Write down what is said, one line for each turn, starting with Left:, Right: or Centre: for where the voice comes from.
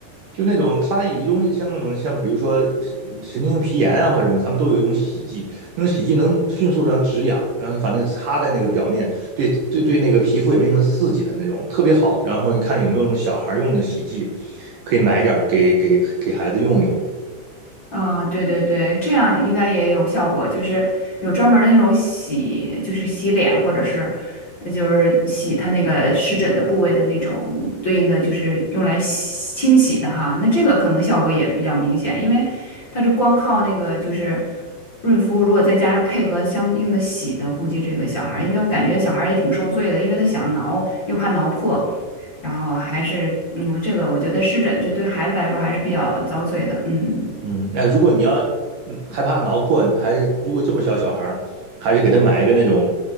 Right: 就那种他有一种像那种像比如说神神经皮炎啊或者什么，他们都有一种洗剂，那种洗剂能迅速让止痒，然后反正擦在那个表面，对对对，那个皮肤也没什么刺激的那种，特别好。然后你看有没有那种小孩用的洗剂，可以买点儿给给给孩子用一用。
Left: 啊，对对对，这样应该也有效果，就是有专门儿的那种洗，就是洗脸或者是呃就是洗它那个湿疹的部位的那种对应的，就是用来洗清洗的哈。那这个可能效果也比较明显，因为它是光靠那个就是润肤，如果再加上配合相应的洗的，估计这个小孩儿因为我感觉小孩儿也挺受罪的，因为他想挠又怕挠破，然后还是嗯，这个我觉得湿疹这对孩子来说还是比较遭罪的，嗯。
Right: 嗯，那如果你要嗯害怕挠破，还是如果这么小小孩儿，还是给他买一个那种